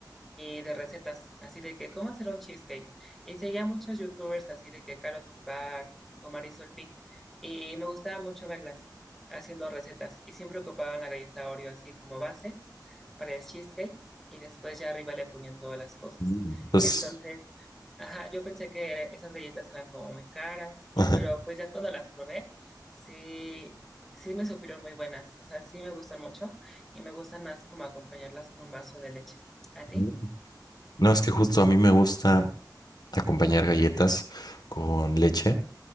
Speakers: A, in the centre; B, on the left.
A: y de recetas, así de que cómo hacer un cheesecake. Y seguía muchos youtubers así de que Carol Bar o Marisol Pink. Y me gustaba mucho verlas haciendo recetas y siempre ocupaban la galleta Oreo así como base para el cheesecake y después ya arriba le ponían todas las cosas.
B: Mm. Pues,
A: Entonces, ajá, yo pensé que era- esas galletas eran como muy caras, y,
B: ajá.
A: pero pues ya cuando las probé, sí, sí me supieron muy buenas. O sea, sí me gustan mucho y me gustan más como acompañarlas con un vaso de leche. ¿A ti?
B: Mm. No, es que justo a mí me gusta acompañar galletas con leche,